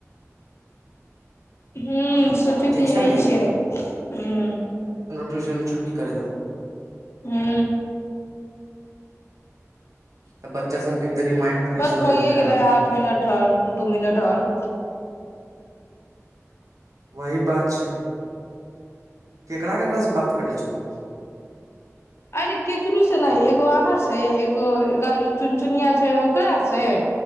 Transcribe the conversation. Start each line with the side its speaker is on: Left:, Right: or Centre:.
Left: हू सोचे
Right: ठीक
Left: तऽ यही
Right: छै ने
Left: छियै ह
Right: टूशन छुट्ट करी द
Left: हू
Right: तऽ बच्चा सबके तनी माइंड फ्रेश
Left: बस
Right: हो
Left: भइए
Right: जेतै
Left: गेलै आठ मिनट आओर दू मिनट आओर
Right: वही बात छै केकरा केकराास से बात करले छ तू
Left: अरे केकरकरो से नहि एगो अहाँसँ से एगो एगार चुन चुनिया छै ओकरा से